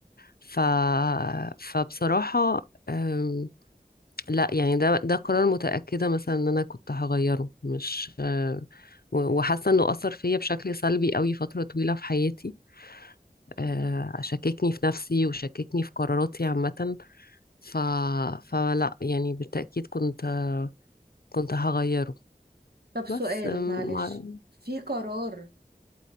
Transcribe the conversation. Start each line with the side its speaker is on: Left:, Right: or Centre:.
Left: ف... فبصراحه أم، لا يعني ده ده قرار متاكده مثلا ان انا كنت هغيره مش أه، و- وحاسه انه اثر فيا بشكل سلبي قوي فتره طويله في حياتي أه، شككني في نفسي وشككني في قراراتي عامه ف... فلا يعني بالتاكيد كنت كنت هغيره
Right: طب سؤال
Left: بس أم،
Right: معلش
Left: مع-
Right: في قرار